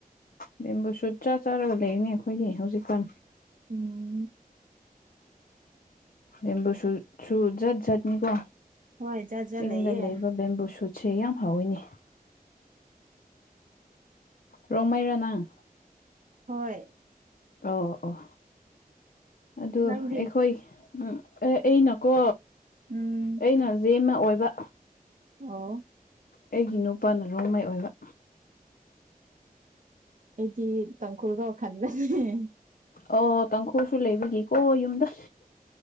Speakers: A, on the left (about 75°); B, on the right (about 60°).
A: ꯕꯦꯝꯕꯨ ꯁꯨꯠ ꯆꯥ ꯆꯥꯔꯒ ꯂꯩꯅꯤ ꯑꯈꯣꯏꯒꯤ ꯍꯧꯖꯤꯛꯀꯥꯟ
B: ꯎꯝ
A: ꯕꯦꯝꯕꯨ ꯁꯨꯠꯁꯨ ꯖꯠ ꯖꯠ ꯅꯤꯀꯣ
B: ꯍꯣꯏ ꯖꯥꯠ ꯖꯥꯠ
A: ꯆꯤꯡꯗ
B: ꯂꯩꯌꯦ
A: ꯂꯩꯕ ꯕꯦꯝꯕꯨ ꯁꯨꯠ ꯁꯦ ꯌꯥꯝ ꯍꯥꯎꯌꯤꯅꯦ ꯔꯣꯡꯃꯩꯔꯥ ꯅꯪ
B: ꯍꯣꯏ
A: ꯑꯣ ꯑꯣ ꯑꯗꯨ
B: ꯅꯪꯗꯤ
A: ꯑꯩꯈꯣꯏ ꯎꯝ ꯑꯦ ꯑꯩ ꯅꯀꯣ
B: ꯎꯝ
A: ꯑꯩꯅ ꯖꯦꯃ ꯑꯣꯏꯕ
B: ꯑꯣ
A: ꯑꯩꯒꯤ ꯅꯨꯄꯥꯅ ꯔꯣꯡꯃꯩ ꯑꯣꯏꯕ
B: ꯑꯩꯗꯤ ꯇꯥꯡꯈꯨꯜꯔꯣ ꯈꯟꯕꯅꯦ
A: ꯑꯣ ꯇꯪꯡꯈꯨꯜꯁꯨ ꯂꯩꯕꯤꯒꯦꯀꯣ ꯌꯨꯝꯗ